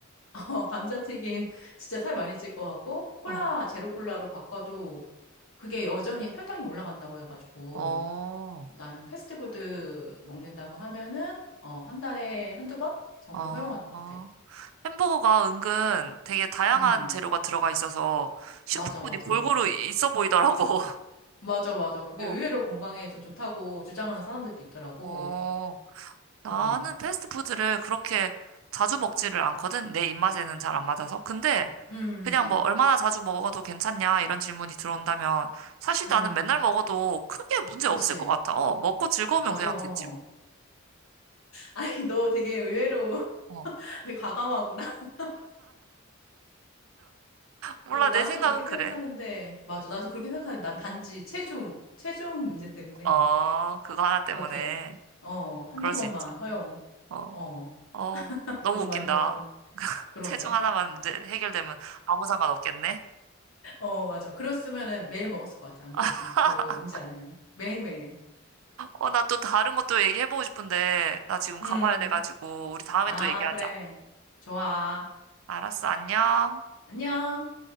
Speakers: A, on the left (about 80°); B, on the right (about 75°).
A: <laughs> 어, 감자튀김 진짜 살 많이 찔 것 같고, 콜라,
B: 어,
A: 제로 콜라로 바꿔도 그게 여전히 혈당이 올라간다고 해가지고,
B: 어,
A: 나는 패스트푸드 먹는다고 하면은, 어, 한 달에 한두 번 정도
B: 어,
A: 허용할 것 같아.
B: 어. 햄버거가 은근 되게 다양한
A: 음,
B: 재료가 들어가 있어서 식품군이
A: 맞아, 맞아.
B: 골고루 있어 보이더라고.
A: 맞아, 맞아.
B: <laughs>
A: 그게
B: 어,
A: 의외로 건강에 좀 좋다고 주장하는 사람들도 있더라고.
B: 어. 나는
A: 어,
B: 패스트푸드를 그렇게 자주 먹지를 않거든. 내 입맛에는 잘 안 맞아서. 근데
A: 음,
B: 그냥 뭐 얼마나 자주 먹어도 괜찮냐 이런 질문이 들어온다면 사실
A: 음,
B: 나는 맨날 먹어도 크게 문제
A: 그치.
B: 없을 것 같아. 어, 먹고 즐거우면
A: 맞아.
B: 그냥
A: <laughs>
B: 됐지 뭐.
A: 아니, 너 되게 의외로 <laughs>
B: 어.
A: 되게 과감하구나. <laughs>
B: 몰라,
A: 어, 이게 나도
B: 내 생각은
A: 그렇게
B: 그래.
A: 생각하는데, 맞아. 나도 그렇게 생각하는데, 난 단지 체중, 체중 문제 때문에
B: 어, 그거 하나 때문에
A: 그렇게, 어, 한두
B: 그럴 수
A: 번만
B: 있지.
A: 허용.
B: 어,
A: 어,
B: 어,
A: <laughs>
B: 너무
A: 너무
B: 웃긴다.
A: 많이 먹으면. 그러게.
B: 체중 하나만 문제 해결되면 아무 상관 없겠네.
A: 어, 맞아. 그랬으면은 매일 먹었을 것 같아. 안 그랬으면.
B: <laughs>
A: 그 문제 아니면. 매일매일.
B: 어, 나 또 다른 것도 얘기해보고 싶은데, 나 지금 가봐야
A: 음.
B: 돼가지고, 우리 다음에
A: 아,
B: 또 얘기하자.
A: 그래. 좋아.
B: 알았어, 안녕.
A: 안녕.